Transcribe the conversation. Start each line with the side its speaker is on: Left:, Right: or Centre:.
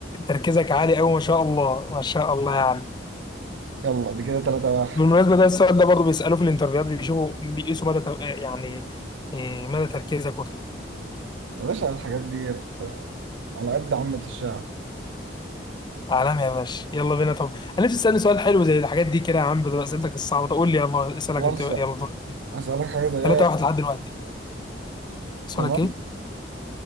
Left: تركيزك عالي أوي ما شاء الله ما شاء الله يعني
Right: يلا دي كده تلاتة واحد
Left: بالمناسبة ده السؤال ده برضه بيسألوه في الانترفيوهات بيشوفوا بيقيسوا مدى تو- يعني إيه، مدى تركيزك وكده
Right: يا باشا الحاجات دي على قد عامة الشعب
Left: عالمي يا باشا يلا بينا طب انا نفسي تسالني سؤال حلو زي الحاجات دي كده يا عم بدل اسئلتك الصعبه طب قول لي يلا اسالك
Right: خلاص
Left: انت يلا
Right: يعني
Left: دورك
Right: أسألك حاجة زيها
Left: ثلاثة واحد لحد دلوقتي سؤالك
Right: تمام
Left: ايه؟